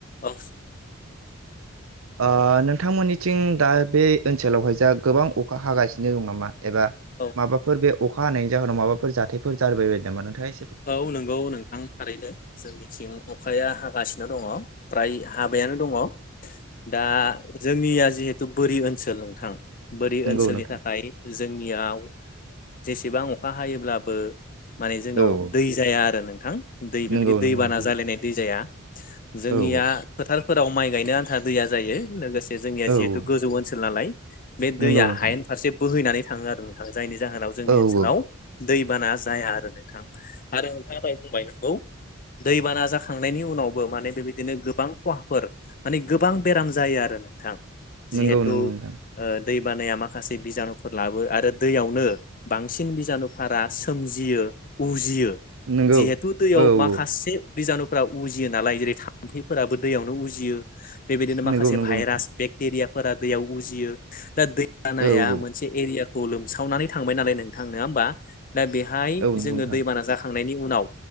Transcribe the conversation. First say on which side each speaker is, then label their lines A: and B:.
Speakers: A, on the left; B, on the right.
A: अस
B: ओ नोंथांमोननिथिं दा बे ओनसोलावहाय जा गोबां अखा हागासिनो दं नामा एबा
A: औ
B: माबाफोर बे अखा हानायनि जाहोनाव माबाफोर जाथायफोर जाबाय बायदों नामा नोंथां?
A: औ नंगौ नोंथां थारैनो जोंनिथिं अखाया हागासिनो दङ फ्राय हाब नो दङ दा जोंनिया जिहेथु बोरि ओनसोल नोंथां बोरि
B: हागोन
A: ओनसोलनि
B: ना?
A: थाखाय जों जोंनियाव जेसेबां अखा हायोब्लाबो माने जोंनाव
B: औ
A: दा आरो नोंथां दै बेबायदि
B: नंगौ
A: दै
B: नोंथां
A: बाना जालायनाय दै जाया जोंनिया
B: औ नंगौ नोंथां औ
A: फोथार फोराव माइ गायनो आन्था दैया जायो लोगोसे जोंनिया
B: औ
A: जिहेतु गोजौ ओनसोल नालाय बे दैया
B: नंगौ नोंथां
A: हायेन फारसे बोहैनानै थाङो आरो नोंथाङा जायनि जाहोनाव जोंनि
B: औ
A: ओनसोलाव
B: औ
A: दैबाना जाया आरो नोंथां आरो नोंथांङा दाय बुंबाय नंगौ दैबाना जाखांनायनि उनावबो माने बेबायदिनो गोबां खहाफोर माने गोबां बेराम जायो आरो नोंथां जिहेथु
B: नंगौ नंगौ नोंथां
A: ओ दै बानाया माखासे बिजानुफोर लाबो आरो दैयावनो बांसिन बिजानुफोरा सोमजियो उजियो
B: नंगौ
A: जिहेथु दैयाव
B: औ
A: माखासे
B: औ
A: बिजानुफोरा उजियो नालाय जेरै थाम्फैफोराबो दैयावनो उजियो बेबायदिनो माखासे
B: नंगौ नंगौ
A: भाइरास
B: नोंथां
A: बेक्टेरियाफोरा दैयाव उजियो दा दै जानाया
B: औ औ
A: मोनसे एरियाखौ लोमसावनानै थांबाय नालाय नोंथां नङा होमबा दा बे
B: औ
A: जोङो
B: नंगौ नोंथां
A: दैबाना जाखांनायनि उनाव